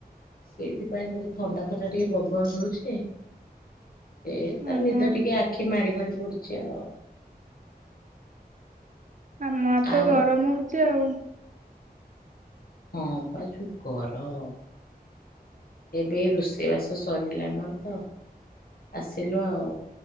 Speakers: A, on the left; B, on the right.
A: ସେଇଥିପାଇଁ ତତେ ଥଣ୍ଡା ଥଣ୍ଡା ଟିକେ ପବନ ଦଉଛି। ସେ ତ
B: ଓହୋ
A: ନିଦ ଟିକେ ଆଖି ମାଡି ମାଡି ପଡୁଛି ଆଉ।
B: ଆମଆଡେ ତ
A: ଆଉ
B: ଗରମ ହଉଛି ଆଉ।
A: ହଁପା ଯଉ ଗରମ ଏବେ ରୋଷେଇ ବାସ ସରିଲାଣି। ଆମର ତ ଆସିଲୁ ଆଉ